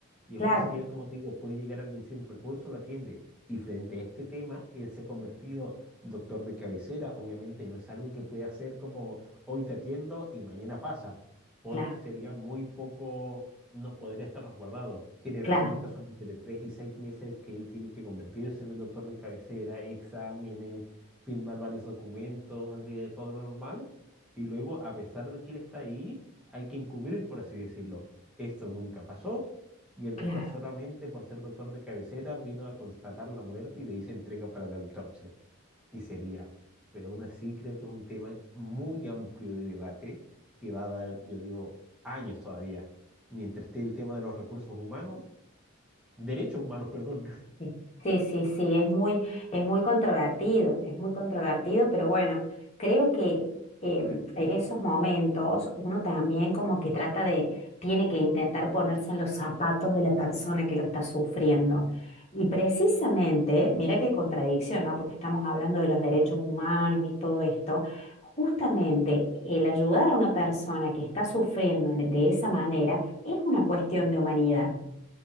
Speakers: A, in the centre; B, on the left.
A: Y aún
B: Claro,
A: así, él, como te digo, puede llegar alguien sin recursos, lo atiende. Y frente a este tema, él se ha convertido doctor de cabecera. Obviamente no es algo que pueda hacer como hoy te atiendo y mañana pasa, porque
B: claro,
A: sería muy poco no podría estar resguardado. Generalmente
B: claro,
A: son entre 3 y 6 meses que él tiene que convertirse en el doctor de cabecera, exámenes, firmar varios documentos de todo lo normal. Y luego, a pesar de que él está ahí, hay que encubrir, por así decirlo. Esto nunca pasó. Y el
B: claro.
A: doctor solamente por ser doctor de cabecera vino a constatar la muerte y de ahí se entrega para la autopsia y sería. Pero aún así creo que es un tema muy amplio de debate que va a dar, yo digo, años todavía. Mientras esté el tema de los recursos humanos, derechos humanos, perdón. <laughs>
B: Sí, sí, sí, sí, es muy, es muy controvertido, es muy controvertido, pero bueno, creo que em, en esos momentos uno también como que trata de, tiene que intentar ponerse en los zapatos de la persona que lo está sufriendo. Y precisamente, mira qué contradicción, ¿no? Porque estamos hablando de los derechos humanos y todo esto. Justamente el ayudar a una persona que está sufriendo en- de esa manera es una cuestión de humanidad.